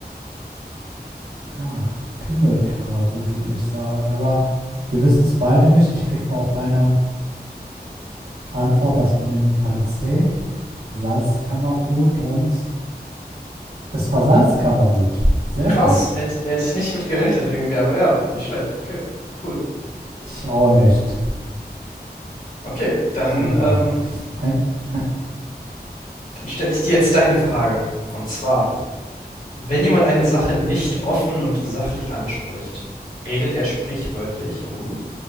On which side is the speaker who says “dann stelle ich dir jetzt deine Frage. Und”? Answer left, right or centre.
Left